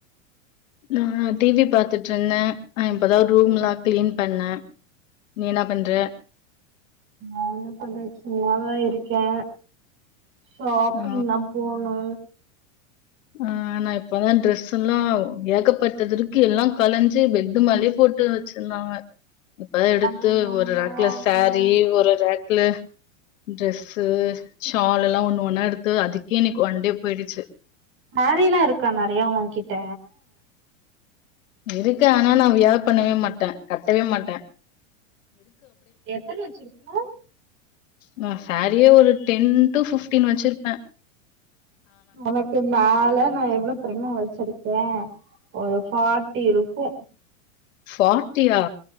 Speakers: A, on the left; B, on the right.
A: நான் டிவி பார்த்துட்டு இருந்தேன் நான் இப்பதான் ரூம்லாம் கிளீன் பண்ணேன் நீ என்ன பண்ற
B: நான் என்ன பண்றே சும்மாதான் இருக்கே ஷாப்பிங்லாம்
A: ஆ,
B: போணு
A: ஆ நா இப்பதான் ட்ரெஸ் எல்லாம் ஏகப்பட்டது இருக்கு எல்லாம் கலஞ்சு பெட்டு மேலயே போட்டு வச்சிருந்தாங்க இப்பதான் எடுத்து
B: அது இல்லாம
A: ஒரு ரக்ல சாரி
B: வேற
A: ஒரு ரக் டிரெஸ்ஸு ஷால் எல்லா ஒன்னு ஒன்னா எடுத்து அதுக்கே இன்னிக்கு ஒண்டே போயிடுச்சு
B: மாரில்லா இருக்கா நெறையா ஒங்கிட்ட
A: இருக்கு ஆனா நான் வியார் பண்ணவே மாட்டேன் கட்டவே மாட்டே
B: எத்தன வச்சிருக்க
A: நா சாரியே ஒரு டென் டூ பிஃப்டீன் வச்சிருப்பே
B: ஒனக்கு மேல நான் எவ்ளோ தெரியுமா வச்சிருக்கே ஒரு ஃபாட்டி இருக்கு
A: சா ட்டியா